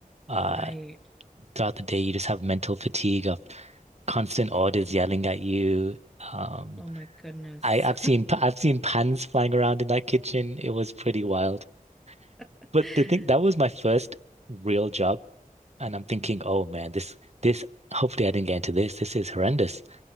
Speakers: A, on the right; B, in the centre.
A: Uh,
B: Right.
A: throughout the day, you just have mental fatigue of constant orders yelling at you. Um,
B: Oh my goodness.
A: I, I've seen I've seen pans flying around in that kitchen. It was pretty wild.
B: <laughs>
A: But the thing that was my first real job, and I'm thinking, oh man, this this hopefully I didn't get into this. This is horrendous.